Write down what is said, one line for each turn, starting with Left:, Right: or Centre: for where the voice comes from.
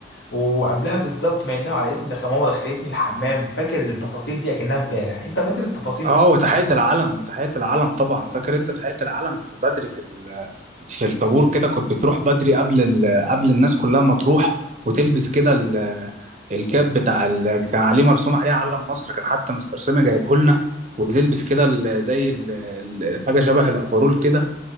Left: وقبلها بالظبط ما يندهوا على اسمي دخل ماما دخلتني الحمام فاكر التفاصيل دي اكنها امبارح انت فاكر التفاصيل
Right: اه
Left: دي
Right: وتحيه العلم وتحيه العلم طبعا فاكر انت تحيه العلم في بدري في ال... في الطابور كده كنت تروح بدري قبل ال... قبل الناس كلها ما تروح وتلبس كده ال... الكاب بتاع ال... كان عليه مرسوم عليه علم مصر كان حتى مستر سامي جايبه لنا وتلبس كده ال... زي ال... ال- حاجه شبه الافرول كده